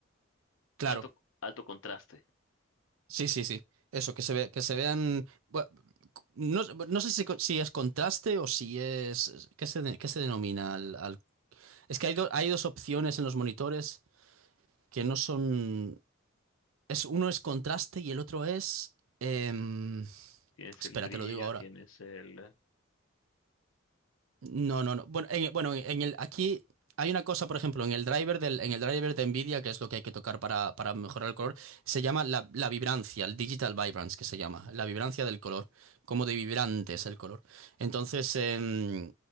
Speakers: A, on the right (about 80°); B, on the left (about 85°).
A: Claro,
B: alto, alto contraste.
A: sí, sí, sí. Eso, que se ve, que se vean, bu- no, no sé si, co- si es contraste o si es, ¿qué se, de- qué se denomina al, al- Es que hay, do- hay dos opciones en los monitores que no son. Es, uno es contraste y el otro es... em,
B: Tienes
A: espera,
B: el brillo,
A: te lo digo ahora.
B: tienes el...
A: No, no, no. Bueno, en, bueno, en el, aquí hay una cosa, por ejemplo, en el driver del, en el driver de Nvidia, que es lo que hay que tocar para, para mejorar el color, se llama la, la vibrancia, el digital vibrance que se llama, la vibrancia del color, como de vibrante es el color. Entonces, em,